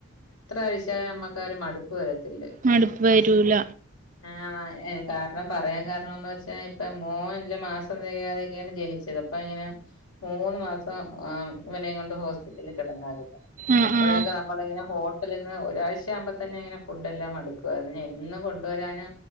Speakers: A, on the left; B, on the right.
A: എത്ര കഴിച്ചാലും നമ്മക്ക് ആ ഒരു മടുപ്പ് വരത്തി ല്പ
B: മടുപ്പ് വരൂല
A: ആ പറയാൻ കാരണോന്ന് വെച്ച ഇപ്പ മോൻ ഇല്ല മാസം തികയാതെയൊക്കെയാണ് ജനിച്ചത് അപ്പൊ ഇങ്ങനെ മൂന്ന് മാസം അ ഇവനേം കൊണ്ട് ഹോസ്പിറ്റലിൽ കിടന്നാരുന്നു
B: ആഹ്
A: അപ്പോഴൊക്കെ
B: ആഹ്
A: നമ്മളിങ്ങനെ ഹൊ <unintelligible> ഒരാഴ്ച ആകുമ്പോ തന്നെ ഇങ്ങനെ ഫുഡ് എല്ലാം അടുക്കും അതിനെ എന്നും കൊണ്ടുവരാന്